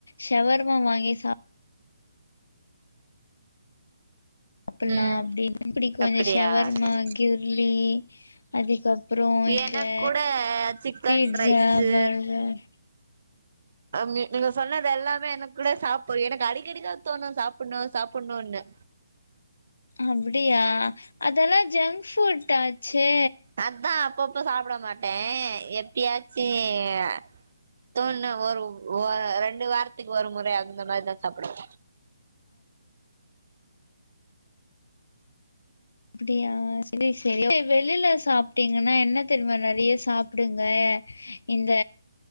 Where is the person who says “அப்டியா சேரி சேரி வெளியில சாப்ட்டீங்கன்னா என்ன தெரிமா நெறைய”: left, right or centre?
Left